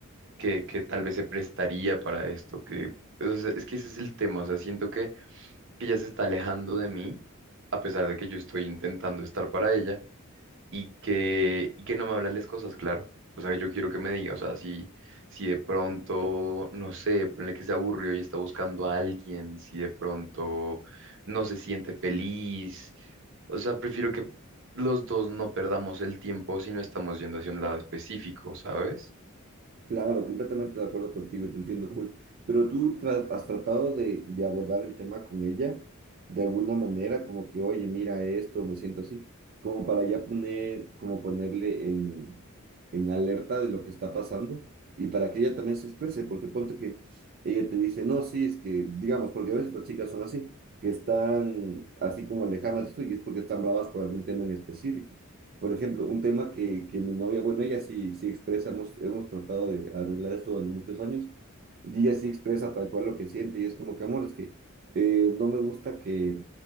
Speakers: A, on the right; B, on the right.
A: que, que tal vez se prestaría para esto, que, o sea, es que ese es el tema, o sea, siento que que ella se está alejando de mí, a pesar de que yo estoy intentando estar para ella, y que, y que no me habla las cosas, claro. O sea, que yo quiero que me diga, o sea, si, si de pronto, no sé, ponle que se aburrió y está buscando a alguien, si de pronto no se siente feliz, o sea, prefiero que los dos no perdamos el tiempo si no estamos yendo hacia un lado específico, ¿sabes?
B: Claro, completamente de acuerdo contigo y te entiendo full. Pero tú tra- has tratado de, de abordar el tema con ella de alguna manera, como que, oye, mira esto, me siento así, como para ya poner, como ponerle en, en alerta de lo que está pasando y para que ella también se exprese, porque ponte que ella te dice, no, sí, es que, digamos, porque a veces las chicas son así, que están así como lejanas de eso y es porque están bravas por algún tema en específico. Por ejemplo, un tema que, que mi novia, bueno, ella sí, sí expresa, hemos, hemos tratado de arreglar esto durante muchos años, y ella sí expresa tal cual lo que siente, y es como que, amor, es que eh, no me gusta que,